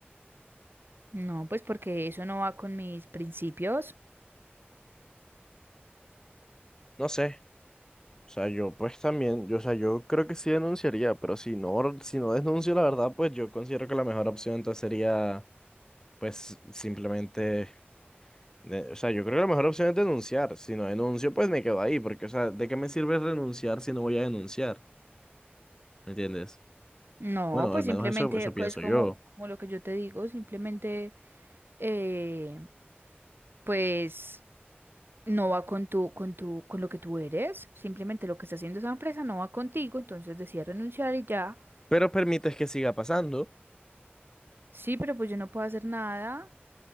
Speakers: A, on the right; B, on the left.
A: No, pues porque eso no va con mis principios.
B: No sé. O sea, yo pues también, yo, o sea, yo creo que sí denunciaría, pero si no, si no denuncio la verdad, pues yo considero que la mejor opción entonces sería pues simplemente, de- o sea, yo creo que la mejor opción es denunciar. Si no denuncio, pues me quedo ahí, porque, o sea, ¿de qué me sirve renunciar si no voy a denunciar? ¿Me entiendes?
A: No,
B: Bueno,
A: pues
B: al menos
A: simplemente
B: eso, eso
A: co-
B: pienso
A: es como,
B: yo.
A: como lo que yo te digo, simplemente, eh, pues. no va con tu, con tu, con lo que tú eres. Simplemente lo que está haciendo esa empresa no va contigo, entonces decide renunciar y ya.
B: Pero permites que siga pasando,
A: Sí, pero pues yo no puedo hacer nada.